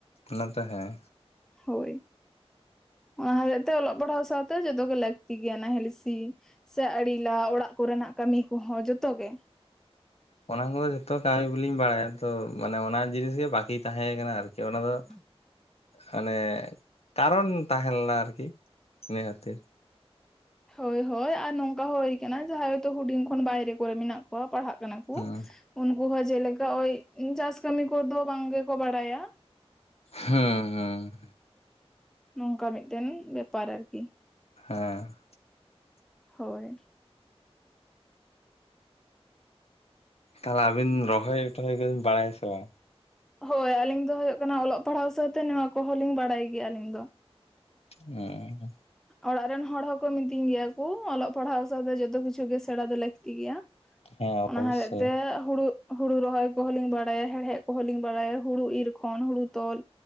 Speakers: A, on the left; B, in the centre.
A: ᱚᱱᱟ ᱛᱚ ᱦᱮᱸ᱾
B: ᱦᱳᱭ᱾ ᱚᱱᱟ ᱦᱚᱛᱮᱡ ᱛᱮ ᱚᱞᱚᱜ ᱯᱟᱲᱦᱟᱣ ᱥᱟᱶᱛᱮ ᱡᱚᱛᱚ ᱜᱮ ᱞᱟᱹᱠᱛᱤ ᱜᱮᱭᱟ ᱱᱟᱦᱮᱞ ᱥᱤ᱾ ᱥᱮ ᱟᱲᱮ ᱞᱟᱜ ᱚᱲᱟᱜ ᱠᱚᱨᱮᱱᱟᱜ ᱠᱟᱹᱢᱤ ᱠᱚᱦᱚᱸ ᱡᱚᱛᱚ ᱜᱮ᱾
A: ᱚᱱᱟ ᱠᱚᱫᱚ ᱡᱚᱛᱚ ᱠᱟᱹᱢᱤ ᱵᱟᱞᱤᱧ ᱵᱟᱲᱟᱭᱟ ᱛᱚ ᱢᱟᱱᱮ ᱚᱱᱟ ᱡᱤᱱᱤᱥ ᱜᱮ ᱵᱟᱠᱤ ᱛᱟᱦᱮᱸ ᱠᱟᱱᱟ ᱟᱨᱠᱤ ᱚᱱᱟ ᱫᱚ
B: ᱦᱮᱸ
A: ᱢᱟᱱᱮ, ᱠᱟᱨᱚᱱ ᱛᱟᱦᱮᱞᱮᱱᱟ ᱟᱨᱠᱤ ᱤᱱᱟ. ᱠᱷᱹᱛᱤᱨ᱾
B: ᱦᱳᱭ ᱦᱳᱭ ᱟᱨ ᱱᱚᱝᱠᱟ ᱦᱚ ᱦᱳᱭ ᱟᱠᱟᱱᱟ ᱡᱟᱦᱟᱸᱭ ᱛᱚ ᱦᱩᱰᱤᱧ ᱠᱷᱚᱱ ᱵᱟᱭᱨᱮ ᱠᱚᱨᱮ ᱢᱮᱱᱟᱜ ᱠᱚᱣᱟ ᱯᱟᱲᱦᱟᱜ ᱠᱟᱱᱟ ᱠᱚ᱾
A: ᱦᱮᱸ
B: ᱩᱱᱠᱩ ᱦᱚᱸ ᱡᱮᱞᱮᱠᱟ ᱳᱭ ᱪᱟᱥ ᱠᱟᱹᱢᱤ ᱠᱚᱫᱚ ᱵᱟᱝ ᱜᱮᱠᱚ ᱵᱟᱲᱟᱭᱟ᱾
A: ᱦᱮᱸ ᱦᱮᱸ᱾
B: ᱱᱚᱝᱠᱟ ᱢᱤᱫᱴᱮᱱ ᱵᱮᱯᱟᱨ ᱟᱨᱠᱤ᱾
A: ᱦᱮᱸ
B: ᱦᱳᱭ᱾
A: ᱛᱟᱦᱚᱞᱮ ᱟᱵᱤᱱ ᱨᱚᱦᱚᱭ ᱴᱚᱦᱚᱭ ᱠᱚᱵᱤᱱ ᱵᱟᱲᱟᱭᱟ ᱥᱮ ᱵᱟᱝ᱾
B: ᱦᱳᱭ ᱟᱞᱤᱧ ᱫᱚ ᱦᱳᱭᱳᱜ ᱠᱟᱱᱟ ᱚᱞᱚᱜ ᱯᱟᱲᱦᱟᱣ ᱥᱟᱶᱛᱮ ᱱᱚᱣᱟ ᱠᱚᱦᱚᱸ ᱞᱤᱧ ᱵᱟᱲᱟᱭ ᱜᱮᱭᱟ ᱟᱹᱞᱤᱧ ᱫᱚ᱾
A: <inaudible>
B: ᱚᱲᱟᱜ ᱨᱮᱱ ᱦᱚᱲ ᱦᱚᱸᱠᱚ ᱢᱤᱛᱟᱹᱧ ᱜᱮᱭᱟ ᱠᱩ ᱚᱞᱚᱜ ᱯᱟᱲᱦᱟᱣ ᱥᱟᱶᱛᱮ ᱡᱚᱛᱚ ᱠᱤᱪᱷᱩ ᱜᱮ ᱥᱮᱬᱟ ᱫᱚ ᱞᱟᱹᱠᱛᱤ ᱜᱮᱭᱟ᱾
A: ᱦᱮᱸ ᱚᱵᱚᱥᱥᱳᱭ
B: ᱚᱱᱟ ᱦᱚᱛᱮᱡ ᱛᱮ ᱦᱩᱲᱩ ᱦᱩᱲᱩ ᱨᱚᱦᱚᱭ ᱠᱚᱦᱚᱸ ᱞᱤᱧ ᱵᱟᱲᱟᱭᱟ ᱦᱮᱲᱦᱮᱫ ᱠᱚᱦᱚᱸ ᱞᱤᱧ ᱵᱟᱲᱟᱭᱟ ᱦᱩᱲᱩ ᱤᱨ ᱠᱷᱚᱱ ᱦᱩᱲᱩ ᱛᱚᱞ